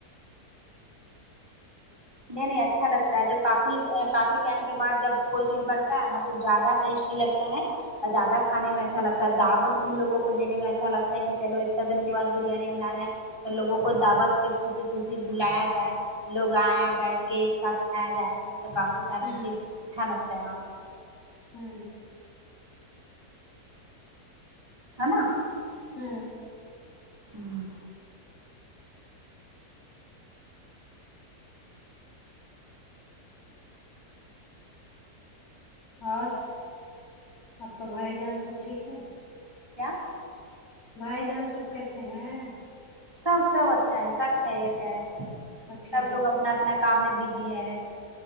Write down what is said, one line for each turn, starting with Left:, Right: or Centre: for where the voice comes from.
Right: نہیں نہیں اچھا لگتا ہے جب کافی کافی ٹائم کے بعد جب کوئی چیز بنتا ہے نا تو زیادہ ٹیسٹ جی لگتا ہے اور زیادہ کھانے میں اچھا لگتا ہے دعوت بھی لوگوں کو دینے میں اچھا لگتا ہے کہ چلو اتنا دن کے بعد بریانی بنا رہے ہیں تو لوگوں کو دعوت پہ خوشی خوشی بلایا جائے لوگ آئیں بیٹھ کے ایک ساتھ کھایا جائے تو کافی سارا
Left: ہوں
Right: چیز اچھا لگتا ہے وہاں پہ
Left: ہوں
Right: ہے ناں
Left: ہوں
Right: ہوں
Left: اور آپ کا بھائی جان سب ٹھیک ہے
Right: کیا
Left: بھائی جان سب کیسے ہیں
Right: سب سب اچھا ہے سب خیریت ہے
Left: خیریت
Right: سب لوگ
Left: ہے
Right: اپنا
Left: نا
Right: اپنا کام میں بزی ہے